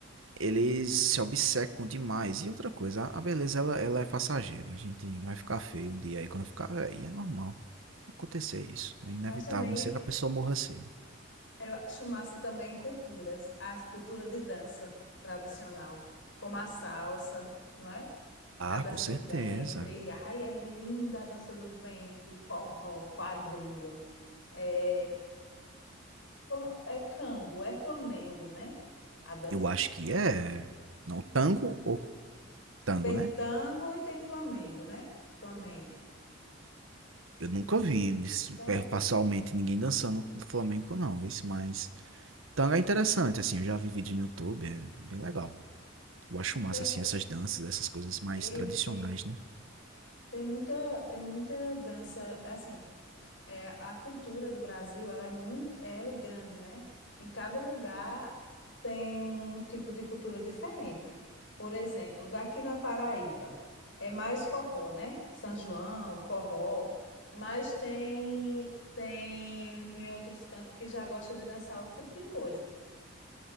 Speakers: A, on the right; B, on the left.
A: eles se obcecam demais. E outra coisa, a a beleza, ela, ela é passageira. A gente vai ficar feio um dia aí, quando ficar velho, é normal acontecer isso. É inevitável,
B: Mas também
A: a não ser que a pessoa morra cedo.
B: eu acho massa também culturas, a cultura de dança tradicional, como a salsa, não é?
A: Ah,
B: A dança
A: com certeza.
B: do ventre, ai, é linda a dança do ventre, forró, quadrilha, é, como- é tango, é flamengo, né? A dança?
A: Eu acho que é. Não, tango ou tango,
B: Tem
A: né?
B: tango e tem flamengo, né? Flamengo.
A: Eu nunca vi isso,
B: Acho que é
A: é,
B: isso.
A: pessoalmente ninguém dançando do flamenco, não. Esse, mas tango é interessante, assim. Eu já vi vídeo no YouTube, é bem legal. Eu acho massa,
B: Tem,
A: assim, essas danças, essas coisas mais
B: ei,
A: tradicionais,
B: tem,
A: né?
B: tem muita, tem muita dança, assim, É, a cultura do Brasil, ela é muito, é grande, né? Em cada lugar tem um tipo de cultura diferente. Por exemplo, aqui na Paraíba é mais forró, né? São João, forró, mas tem tem em outros cantos que já gosta de dançar outro tipo de coisa,